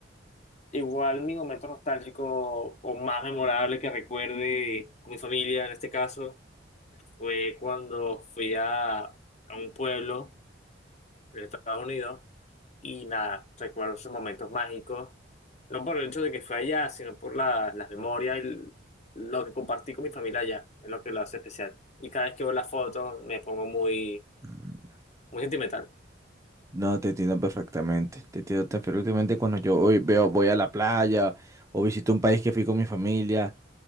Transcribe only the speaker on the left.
Igual mi momento nostálgico o más memorable que recuerde con mi familia en este caso fue cuando fui a, a un pueblo de Estados Unidos y nada, recuerdo esos momentos mágicos, no por el hecho de que fue allá, sino por la- las memorias y l- lo que compartí con mi familia allá, es lo que lo hace especial. Y cada vez que veo las fotos me pongo muy,
muy sentimental.